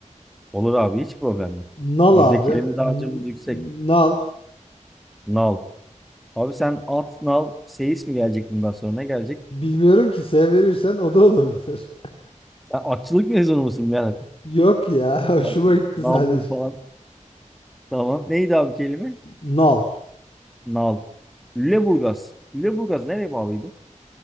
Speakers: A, in the centre; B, on the left.
A: Olur abi hiç problem yok.
B: Nal
A: Bizde
B: abi.
A: kelime dağarcığımız
B: N-
A: yüksek.
B: nal.
A: Nal. Abi sen at, nal, seyis mi gelecek bundan sonra? Ne gelecek?
B: Bilmiyorum ki S verirsen o da olabilir.
A: Sen atçılık mezunu musun Berat?
B: <laughs> Yok ya <laughs> hoşuma
A: At,
B: gitti
A: Nal
B: sadece.
A: bul falan. Tamam. Neydi abi kelime?
B: Nal.
A: Nal. Lüleburgaz. Lüleburgaz nereye bağlıydı?